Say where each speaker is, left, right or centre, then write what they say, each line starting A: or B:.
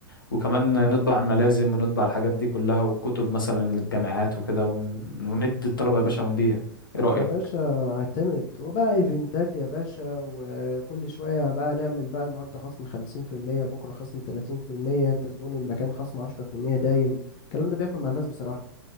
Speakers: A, on the left; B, on the left.
A: وكمان نطبع الملازم ونطبع الحاجات دي كلها والكتب مثلا للجامعات وكده ون... وندي الطلبة يا باشا ونبيع إيه رأيك؟
B: يا باشا اعتمد وبقى ايفنتات يا باشا وكل شوية بقى نعمل بقى النهاردة خصم خمسين في المية بكرة خصم تلاتين في المية انت زبون المكان خصم عشرة في المية دايم الكلام ده بياكل مع الناس بصراحة